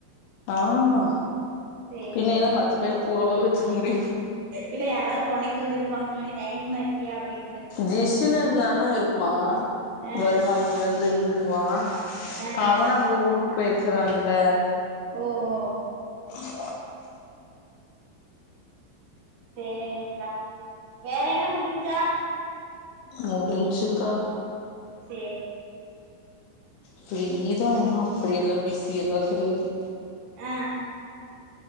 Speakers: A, on the left; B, on the right.
A: ஆமா
B: சேரி
A: பின்ன என்ன பத்து பேர கூடவா வெச்சுக்க முடியு
B: இல்ல யாராவ்த் தொணைக் வந்துருப்பாங்களோ நீ தைரிமா இருப்பியா அப்படின்
A: ஜிஷன் இருந்தானா இருப்பா
B: ஆ
A: வருவா இங்க வந்து இருந்துக்குவா
B: ஆ
A: ப்ப அவனு அங்க ஊருக் போயிருக்கிறான்ல
B: ஓ ஓ
A: <unintelligible>
B: சேரிடா வேலயெல்லா முடிஞ்சா
A: முடின்சுக்கா
B: சே
A: ஃப்ரீ தா ஒன்னு அப்படியெல்லா பிசி எல்லா கெடயாது
B: ஆ‌ அ